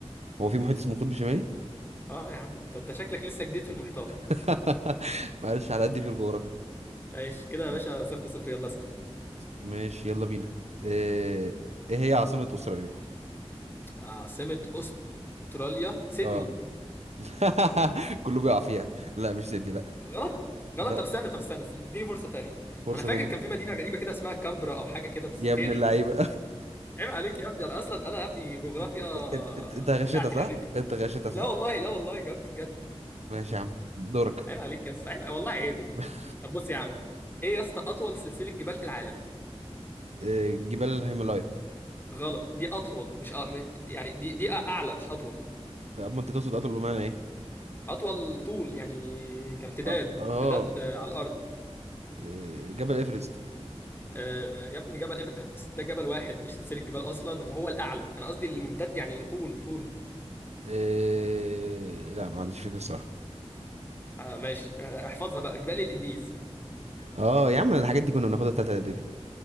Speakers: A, on the right; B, on the left.
A: هو في محيط اسمه قطب شمالي؟
B: اه يا عم انت أنت شكلك لسه جديد في المحيطات
A: <laughs> معلش على قد في الجغرافيا
B: ايش كده يا
A: طب.
B: باشا صفر صفر يلا اسأل
A: ماشي يلا بينا ايه إيه هي عاصمة أستراليا؟
B: عاصمة أستراليا سيدني
A: اه <laughs> كله بيقع فيها لا مش سيدي لا
B: غلط غلط
A: لا
B: طب استنى طب استنى استنى. اديني فرصة تانية
A: فرصة
B: انا فاكر
A: تانية
B: كان في مدينة غريبة كده اسمها كامبرا او حاجة كده بس
A: يا ابن
B: هي دي
A: اللعيبة
B: عيب عليك يا ابني انا اصلا انا يا ابني جغرافيا
A: <laughs> انت انت أنت غشيتها
B: بتاعتي
A: صح؟
B: لعبتي
A: انت غشيتها
B: <laughs> لا
A: صح؟
B: والله لا والله جاوبت بجد
A: ماشي يا عم دورك
B: عيب عليك يا اسطى عيب والله عيب ال...
A: <laughs>
B: طب بص يا عم ايه يا اسطى اطول سلسلة جبال في العالم
A: آه، جبال الهيمالايا
B: غلط دي اطول مش أ... م- يعني دي دي اعلى مش اطول
A: لا، اما انت تقصد اطول بمعنى ايه
B: اطول طول يعني كامتداد
A: اه اه
B: امتداد على الارض
A: آه، جبل ايفرست
B: آه، يا ابني جبل ايفرست ده جبل واحد مش سلسلة جبال اصلا وهو الاعلى انا قصدي الممتد يعني طول طول
A: آه، لا ما عنديش فكره الصراحه
B: آه ماشي آه احفظها بقى جبال الانديز
A: اه يا عم الحاجات دي كنا بناخدها في تالتة اعدادي